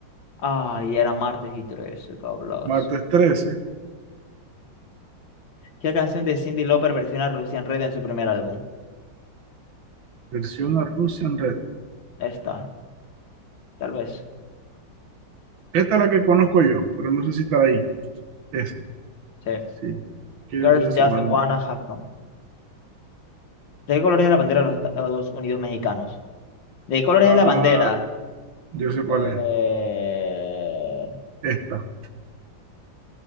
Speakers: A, on the left; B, on the right.
A: Ay, era martes y trece, cablas.
B: martes trece
A: ¿Qué canción de Cyndi Lauper versiona Russian Red en su primer álbum?
B: versión a Russian Red.
A: Esta, tal vez.
B: Esta es la que conozco yo, pero no sé si está ahí. Esa,
A: Sí.
B: sí. Kill
A: Girls
B: Just
A: Just
B: Wanna
A: Wanna
B: Be.
A: Have Fun. ¿De qué colores es la bandera de los Estados Unidos mexicanos? ¿De qué colores
B: Ah,
A: es la bandera?
B: yo sé cuál
A: Eh,
B: es. Esta,